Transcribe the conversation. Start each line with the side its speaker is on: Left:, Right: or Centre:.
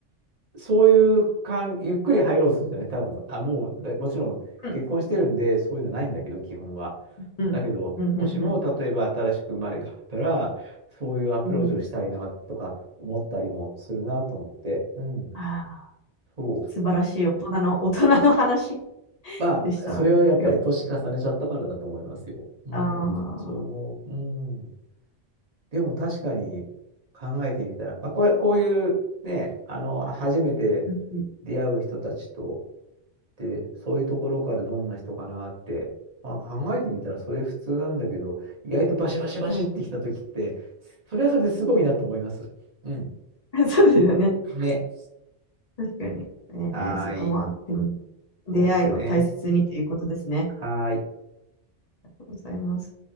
Right: そういう感、ゆっくり入ろうとするんじゃない多分。あ、もう、だもちろん結婚してるんで、
Left: うん。
Right: そういうのないんだけど、基本は。
Left: うんうんうんうん。
Right: だけど、もしも、例えば新しく生まれ変わったら、そういうアプローチをしたいなとか思ったりもするなと思って。
Left: うん。
Right: うん。
Left: ああ、
Right: そう。
Left: 素晴らしい大人の、大人の話
Right: まあ、
Left: でした。
Right: それはやっぱり年重ねちゃったからだと思いますよ。
Left: ありがとうございます
Right: うん。
Left: ああ、
Right: そう思う。うん。でも確かに考えてみたら、まあ、こう、こういうね、あの、初めて
Left: うんうん
Right: 出会う人たちと、で、そういうところからどんな人かなって、まあ考えてみたらそれ普通なんだけど、意外とバシバシバシってきた時って、
Left: うん
Right: それはそれですごいなと思います。うん。
Left: <laughs>、そうですよね。
Right: ね。
Left: 確かに。えー、
Right: はーい。
Left: そっか、まあ、でも、出会いを大切にということですね。
Right: そうですね。はーい。
Left: ありがとうございます。